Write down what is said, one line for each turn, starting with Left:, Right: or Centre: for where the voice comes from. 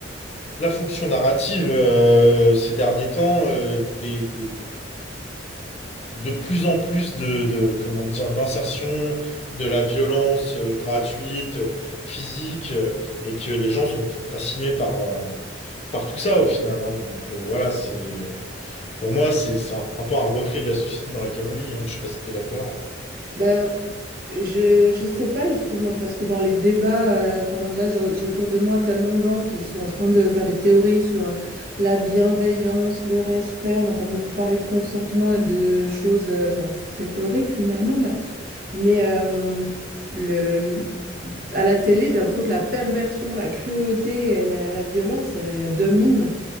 Left: la fonction narrative euh, ces derniers temps euh, des, des- de plus en plus de, de comment dire d'insertion de la violence euh, gratuite, euh, physique euh, et que les gens sont, sont fascinés par euh, par tout ça au final. hein. Donc euh, voilà, c'est euh, pour moi c'est c'est un, un peu un reflet de la société dans laquelle on vit. Hein. Je sais pas si t'es d'accord.
Right: Ben, je je sais pas justement parce que dans les débats, euh, enfin là j'ai j'ai autour de moi tellement de gens qui sont en train de faire des théories sur euh, la bienveillance, le respect. On entend beaucoup parler de consentement et de choses, euh, enfin c'est très théorique finalement, mais mais euh, le à la télé j'ai l'impression que la perversion, la cruauté et la, la violence elle domine.